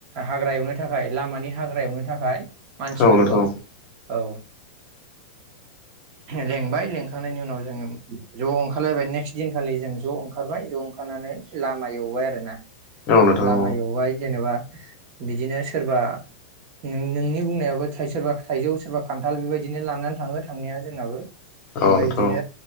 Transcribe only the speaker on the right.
हाग्रा एवनो थाखाय लामानि हाग्रा एवनो थाखाय मानसिफोरखौ
औ लेंबाय लेंखांनायनि उनाव जोङो ज' ओंखारलायबाय नेक्स्ट दिनखालि जों ज' ओंखारबाय ज' ओंखारनानै लामा एवबाय आरोना।
लामा
एवबाय जेनेबा बिदिनो सोरबा उ नों-नोंनि बुंनायाबो थाय सोरबा थाइजौ सोरबा खान्थाल बेबायाददिनो लानानै थाङो थांनाया जोंनाबो
ओमफ्राय
बिदिनो